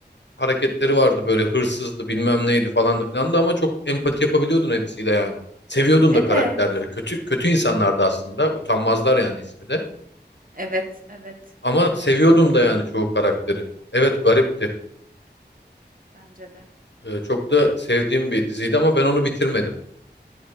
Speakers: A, on the left; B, on the right.
A: hareketleri vardı böyle hırsızdı bilmem neydi falan da filan da ama çok empati yapabiliyordun hepsiyle yani. Seviyordun
B: Evet.
A: da karakterleri. Kötü kötü insanlardı aslında. Utanmazlar yani ismi de.
B: Evet, evet.
A: Ama seviyordum da yani çoğu karakteri. Evet garipti.
B: Bence de.
A: Ee, çok da sevdiğim bir diziydi ama ben onu bitirmedim.